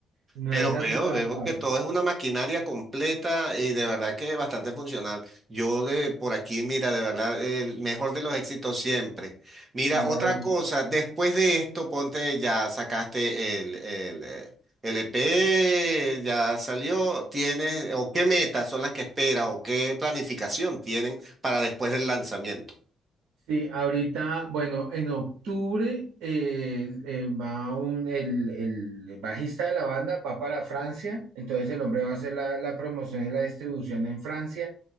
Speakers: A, on the right (about 85°); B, on the right (about 30°).
A: no
B: Pero
A: es así
B: veo,
A: tan
B: veo
A: fácil.
B: que todo es una maquinaria completa y de verdad que bastante funcional. Yo de por aquí, mira, de verdad, el mejor de los éxitos siempre. Mira,
A: Gracias.
B: otra cosa, después de esto, ponte, ya sacaste el, el, eh, el EP, ya salió, tienes, o qué metas son las que esperas, o qué planificación tienen para después del lanzamiento.
A: Sí, ahorita, bueno, en octubre eh, eh, va un, el, el bajista de la banda va para Francia, entonces el hombre va a hacer la, la promoción y la distribución en Francia.